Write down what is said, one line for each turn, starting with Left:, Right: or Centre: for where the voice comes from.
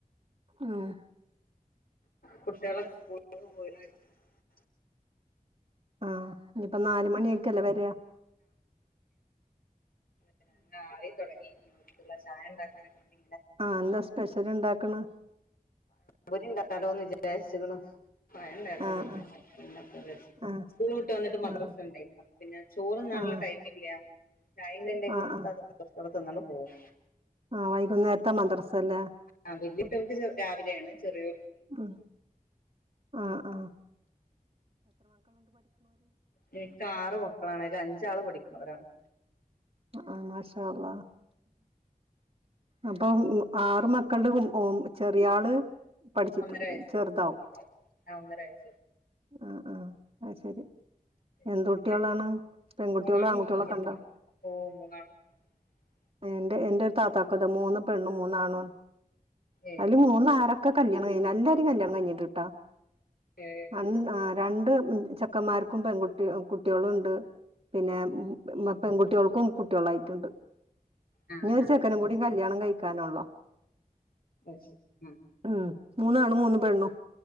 Right: ആഹ്
Left: കുട്ടികൾ സ്കൂളിൽ <unintelligible>
Right: ആഹ ഇനിയിപ്പ നാലുമണിയൊക്കെല്ലേ വരിയാ
Left: വരാനായി തുടങ്ങി ഇനി ഒരു ഗ്ലാസ് ചായ ഉണ്ടാക്കാന കൊണ്ടി
Right: ആ എന്താ സ്പെഷ്യൽ ഇണ്ടാക്കണ്.
Left: പഴംപൊരി ഉണ്ടാക്കാലോ എന്ന് വിചാരിച്ചക്കണു. പഴംണ്ടായിരുന്നു
Right: ആഹ്
Left: വിട്ടൂല്.
Right: ആഹ്
Left: സ്കൂൾ വിട്ട് വന്നിട്ട് മദ്രാസ
Right: ആഹ്
Left: ഉണ്ടേ. അപ്പ പിന്നെ ചോറുണ്ണാനുള്ള
Right: ആഹ്
Left: ടൈം ഇല്ല. ചായ് കയ് കൊടുത്ത
Right: ആഹ് ആഹ്
Left: അത് സന്തോഷതൊടെ തിന്നാണ്ട് പോവും.
Right: ആഹ് വൈകുന്നേരത്തെ മദ്രസ അല്ലേ
Left: ആ വലിയകുട്ടികൾക്ക് രാവിലെയാണ്. ചെറിയ
Right: ഉം ആ ആ
Left: എനിക്ക് ആറ് മക്കളാണ്. അതില് അഞ്ചാള് പഠിക്കണവരാണ്.
Right: ആഹ മാശാ ള്ളാ അപ്പൊ ഉം ആറ് മക്കളുടെ മ് ഓ ചെറിയള് പഠിച്ചിട്ട്
Left: ഒന്നര വയസ്സ്
Right: ചെറുതാവും
Left: ആ ഒന്നര വയസ്
Right: ആ ആഹ ആ ശരി
Left: പിന്നെ
Right: എന്ത്
Left: അവർക്ക്
Right: കുട്ടികളാണ് പെൺകുട്ടികളോ
Left: മൂന്നാളും
Right: ആൺകുട്ടികളൊക്കെണ്ടോ.
Left: മൂന്നിലും ഓ <unintelligible>
Right: എന്റെ എന്റെ ഒരു താത്താക്ക അത് മൂന്ന് പെണ്ണും, മൂന്നാണു ണ്ണ്.
Left: ഏ
Right: അതില് മൂന്ന ആരൊക്കെ കല്യാണം കഴിഞ്ഞു. എല്ലാരും കല്യാണം കഴിഞ്ഞിട്ടുണ്ട് ട്ടാ.
Left: ഏ
Right: അന്ന് ആ രണ്ട് ചെക്കന്മാർക്കും പെൺകുട്ടി കുട്ടികളും ഉണ്ട്. പിന്നെ പെൺകുട്ടികൾക്കും കുട്ടികളായിട്ടുണ്ട്.
Left: ആ
Right: ഇനി ഒരു
Left: ആ
Right: ചെക്കനും കൂടി കല്യാണം കഴിക്കാന ഉള്ളോ
Left: അത് ശരി ആ
Right: ഉം മൂന്നാണ് മൂന്ന് പെണ്ണും.